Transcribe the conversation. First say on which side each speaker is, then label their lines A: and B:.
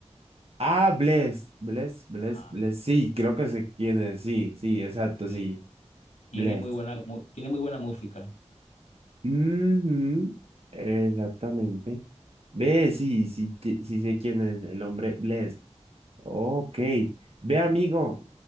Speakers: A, on the right; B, on the left.
A: Ah, Bless, Bless, Bless,
B: Ah,
A: Bless. Sí, creo que sé quién es. Sí, sí, exacto,
B: sí.
A: sí.
B: Tiene
A: Bless.
B: muy buena, mu- tiene muy buena música.
A: Ujú, Exactamente. Ve, sí, sí, que- sí sé quién es el hombre Blessed. Ok. Ve, amigo,